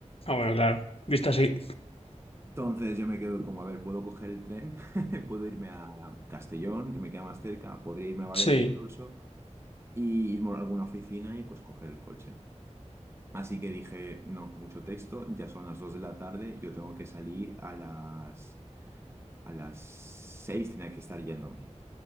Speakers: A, on the left; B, on the right.
A: Ah, bueno, claro, visto así.
B: Entonces yo me quedo como, a ver, puedo coger el tren, <laughs> puedo irme a Castellón, que me queda más cerca, podría irme a Valencia
A: Sí,
B: incluso, y irme a alguna oficina y pues coger el coche. Así que dije, no, mucho texto, ya son las 2 de la tarde, yo tengo que salir a las, a las 6 tenía que estar yéndome.